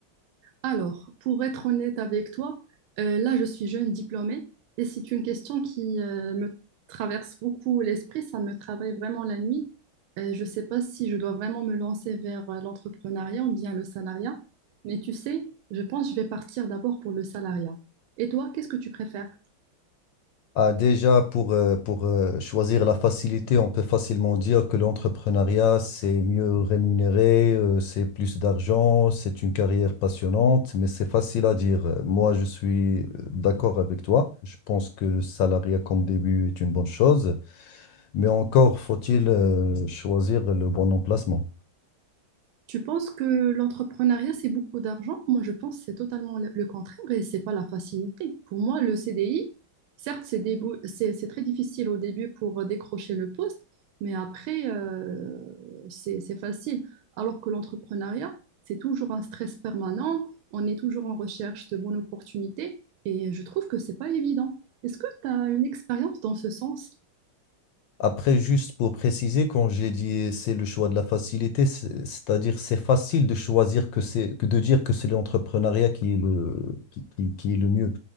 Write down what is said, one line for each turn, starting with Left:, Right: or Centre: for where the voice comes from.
Right: Alors, pour être honnête avec toi, euh, là, je suis jeune diplômée et c'est une question qui euh, me traverse beaucoup l'esprit, ça me travaille vraiment la nuit. Euh, je ne sais pas si je dois vraiment me lancer vers euh, l'entrepreneuriat ou bien le salariat, mais tu sais, je pense que je vais partir d'abord pour le salariat. Et toi, qu'est-ce que tu préfères?
Left: Ah, déjà, pour, euh, pour euh, choisir la facilité, on peut facilement dire que l'entrepreneuriat, c'est mieux rémunéré, euh, c'est plus d'argent, c'est une carrière passionnante, mais c'est facile à dire. Euh, Moi, je suis euh, d'accord avec toi. Je pense que le salariat comme début est une bonne chose, mais encore faut-il euh, choisir le bon emplacement.
Right: Tu penses que l'entrepreneuriat, c'est beaucoup d'argent? Moi, je pense que c'est totalement le le contraire et c'est pas la facilité. Pour moi, le CDI, certes, c'est débou- c'est- c'est très difficile au début pour décrocher le poste, mais après, euh, c'est c'est facile. Alors que l'entrepreneuriat, c'est toujours un stress permanent, on est toujours en recherche de bonnes opportunités et je trouve que c'est pas évident. Est-ce que tu as une expérience dans ce sens?
Left: Après, juste pour préciser, quand j'ai dit c'est le choix de la facilité, c'est- c'est-à-dire c'est facile de choisir que c'est que de dire que c'est l'entrepreneuriat qui est le qui, qui- qui est le mieux.